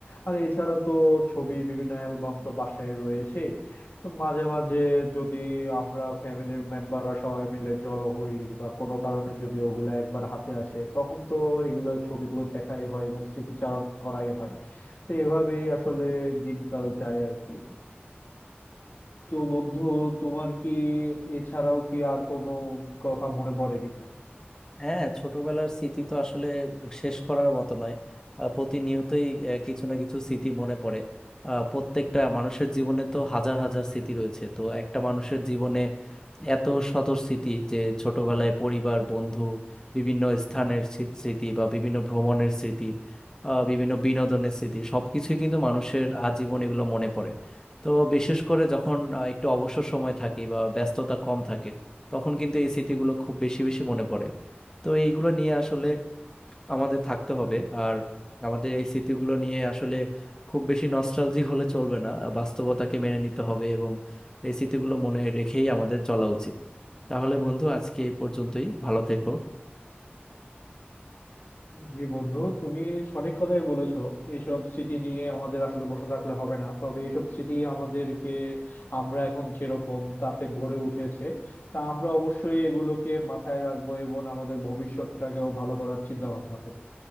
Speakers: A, on the left; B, on the left.
A: আর এছাড়া তো ছবির বিভিন্ন অ্যালবাম তো বাসায় রয়েছে তো মাঝে মাঝে যদি আমরা ফ্যামিলির মেম্বাররা সবাই মিলে জড়ো হই বা কোনো কারণে যদি ওগুলো একবার হাতে আসে তখন তো এগুলো ছবিগুলো দেখাই হয় এবং স্মৃতিচারণ করাই হয় তো এভাবেই আসলে দিনকাল যায় আর কি তো বন্ধু তোমার কি এছাড়াও কি আর কোনো কথা মনে পড়ে কিনা
B: হ্যাঁ ছোটবেলার স্মৃতি তো আসলে শেষ করার মতো নয় আহ, প্রতিনিয়তই আহ, কিছু না কিছু স্মৃতি মনে পড়ে আহ, প্রত্যেকটা মানুষের জীবনে তো হাজার হাজার স্মৃতি রয়েছে তো একটা মানুষের জীবনে এত শত স্মৃতি যে ছোটবেলায় পরিবার বন্ধু বিভিন্ন স্থানের স্মৃ- স্মৃতি বা বিভিন্ন ভ্রমণের স্মৃতি আহ, বিভিন্ন বিনোদনের স্মৃতি সবকিছুই কিন্তু মানুষের আজীবন এগুলো মনে পড়ে তো বিশেষ করে যখন আহ, একটু অবসর সময় থাকে বা ব্যস্ততা কম থাকে তখন কিন্তু এই স্মৃতিগুলো খুব বেশি বেশি মনে পড়ে তো এইগুলো নিয়ে আসলে আমাদের থাকতে হবে আর আমাদের এই স্মৃতিগুলো নিয়ে আসলে খুব বেশি নস্টালজিক হলে চলবে না আহ, বাস্তবতাকে মেনে নিতে হবে এবং এই স্মৃতিগুলো মনে রেখেই আমাদের চলা উচিত তাহলে বন্ধু আজকে এই পর্যন্তই ভালো থেকো
A: জি বন্ধু তুমি সঠিক কথাই বলেছো এইসব স্মৃতি নিয়ে আমাদের আসলে বসে থাকলে হবে না তবে এইসব স্মৃতি আমাদেরকে আমরা এখন যেরকম তাতে গড়ে উঠেছে তা আমরা অবশ্যই এগুলোকে মাথায় রাখবো এবং আমাদের ভবিষ্যৎটাকেও ভালো করার চিন্তা ভাবনা করবো